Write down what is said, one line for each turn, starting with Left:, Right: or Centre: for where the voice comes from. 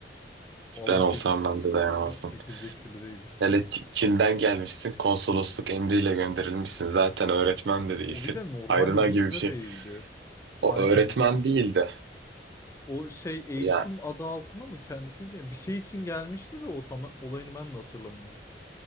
Left: Valla
Right: Ben olsam
Left: çek,
Right: ben de dayanamazdım.
Left: çek- çekilecek çile değiliz.
Right: Hele Ç- Çin'den gelmişsin, konsolosluk emriyle gönderilmişsin. Zaten öğretmen de değilsin.
Left: O bir de normal
Right: Hayrına
Left: birisi
Right: gibi bir
Left: de
Right: şey.
Left: değildi.
Right: O
Left: Aynen.
Right: öğretmen değil de
Left: O şey eğitim
Right: yani
Left: adı altında mı kendisi için? Bir şey için gelmişti de o tam olayını ben de hatırlamıyorum.